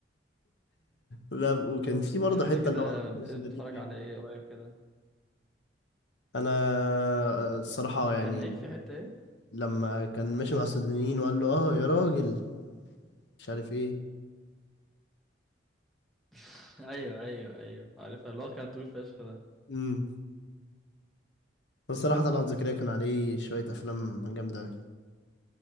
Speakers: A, on the left; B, in the centre.
A: لا وكان في برضه
B: انت
A: حتة
B: كده
A: اللي هو لما كنا
B: بتتفرج
A: السودانيين بيه.
B: على ايه قريب كده
A: انا آه، الصراحة يعني
B: كان ايه في حتة ايه
A: لما كان ماشي مع السودانيين وقال له اه يا راجل مش عارف ايه
B: <laughs> ايوه ايوه ايوه عارفها اللي هو كان طويل فشخ ده
A: مم. الصراحة طلعت زكريا كان عليه شوية أفلام جامدة أوي